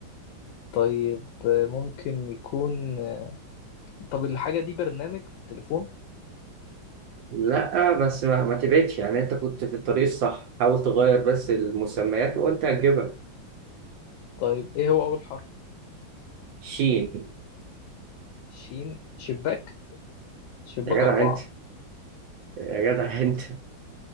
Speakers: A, on the left (about 75°); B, on the right (about 75°).
A: طيب آه، ممكن يكون آه، طب الحاجة دي برنامج في التليفون
B: لا بس ما, ما تبعدش يعني انت كنت في الطريق الصح حاول تغير بس المسميات وانت هتجيبها
A: طيب ايه هو أول حرف
B: شين
A: شين شباك شباك
B: يا جدع
A: أربعة
B: انت يا جدع انت